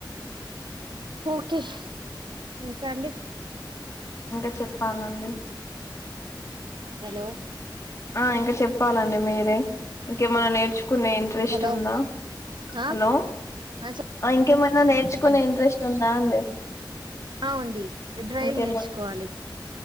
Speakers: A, on the right; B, on the left.
A: ఓకే ఇంకా అండి.
B: ఇంకా చెప్పాలండి.
A: హలో
B: ఆ ఇంకా చెప్పాలండి మీరే ఇంకేమన్నా నేర్చుకునే ఇంట్రెస్ట్
A: హలో
B: ఉందా.
A: ఆ
B: హలో
A: ఆ
B: ఇంకేమైనా నేర్చుకునే
A: చెప్పండి
B: ఇంట్రెస్ట్ ఉందా అండి.
A: ఆ ఉంది డ్రైవింగ్
B: ఇంకేమ
A: నేర్చుకోవాలి